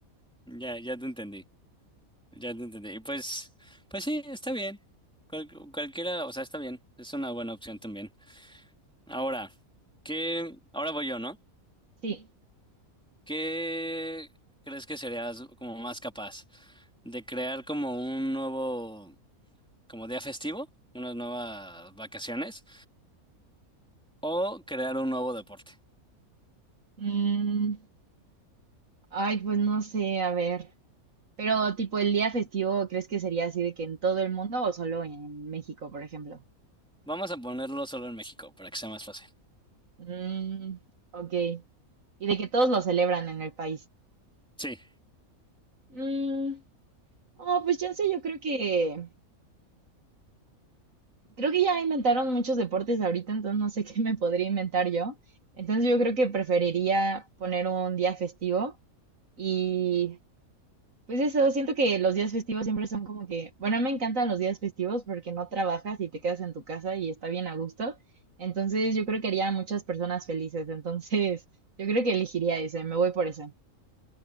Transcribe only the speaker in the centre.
Ya, ya te entendí. Ya te entendí. Y pues, pues sí, está bien. Cual- cualquiera, o sea, está bien. Es una buena opción también. Ahora, ¿qué? Ahora voy yo, ¿no?
¿Qué crees que serías como más capaz de crear como un nuevo, como día festivo, unas nuevas vacaciones o crear un nuevo deporte?
Vamos a ponerlo solo en México para que sea más fácil.
Sí.